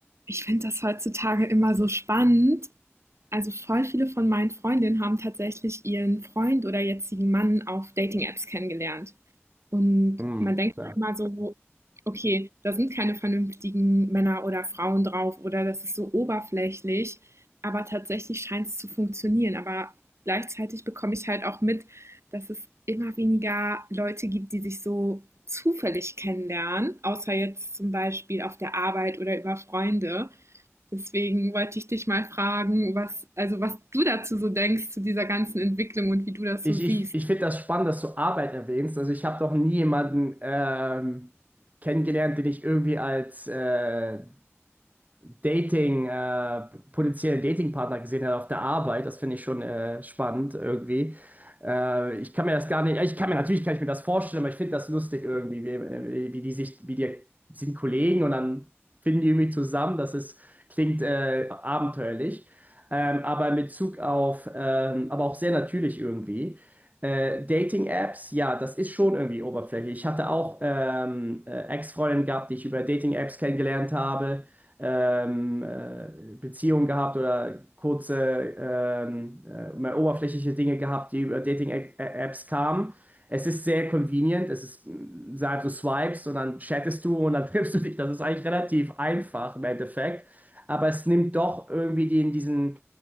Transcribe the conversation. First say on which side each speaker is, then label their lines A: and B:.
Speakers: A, on the right (about 70°); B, on the right (about 35°).
A: Ich finde das heutzutage immer so spannend. Also voll viele von meinen Freundinnen haben tatsächlich ihren Freund oder jetzigen Mann auf Dating-Apps kennengelernt. Und
B: Hm,
A: man denkt
B: ja.
A: dann immer so, okay, da sind keine vernünftigen Männer oder Frauen drauf oder das ist so oberflächlich. Aber tatsächlich scheint es zu funktionieren. Aber gleichzeitig bekomme ich halt auch mit, dass es immer weniger Leute gibt, die sich so zufällig kennenlernen, außer jetzt zum Beispiel auf der Arbeit oder über Freunde. Deswegen wollte ich dich mal fragen, was, also was du dazu so denkst, zu dieser ganzen Entwicklung und wie du das
B: Ich,
A: so siehst.
B: ich, ich finde das spannend, dass du Arbeit erwähnst. Also ich habe doch nie jemanden ähm, kennengelernt, den ich irgendwie als äh, äh, Dating, äh, potenziellen Datingpartner gesehen habe auf der Arbeit. Das finde ich schon äh, spannend irgendwie. Äh, ich kann mir das gar nicht, ich kann mir natürlich kann ich mir das vorstellen, aber ich finde das lustig irgendwie, wie, äh, wie die sich, wie die sind Kollegen und dann finden die irgendwie zusammen. Das ist, klingt äh, abenteuerlich. Ähm, aber in Bezug auf, ähm, aber auch sehr natürlich irgendwie. Äh, Dating-Apps, ja, das ist schon irgendwie oberflächlich. Ich hatte auch ähm, äh, Ex-Freundinnen gehabt, die ich über Dating-Apps kennengelernt habe, ähm, äh, Beziehungen gehabt oder kurze, ähm, äh, mehr oberflächliche Dinge gehabt, die über Dating-Apps kamen. Es ist sehr convenient, es ist, mh, sag, du swipes und dann chattest du und dann <laughs> triffst du dich. Das ist eigentlich relativ einfach im Endeffekt. Aber es nimmt doch irgendwie den, diesen